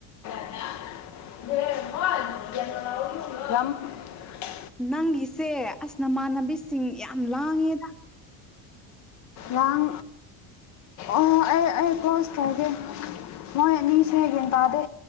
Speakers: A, on the left; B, in the centre.
A: <unintelligible>
B: ꯅꯪꯒꯤꯁꯦ ꯑꯁ ꯅꯃꯥꯟꯅꯕꯤꯁꯤꯡ ꯌꯥꯝ ꯂꯥꯡꯉꯦꯗ
A: ꯂꯥꯡ ꯑꯣ ꯑꯩ ꯑꯩ ꯀ꯭ꯂꯣꯖ ꯇꯧꯒꯦ ꯃꯣꯏ ꯑꯅꯤꯁꯦ ꯒ꯭ꯌꯥꯟ ꯇꯥꯗꯦ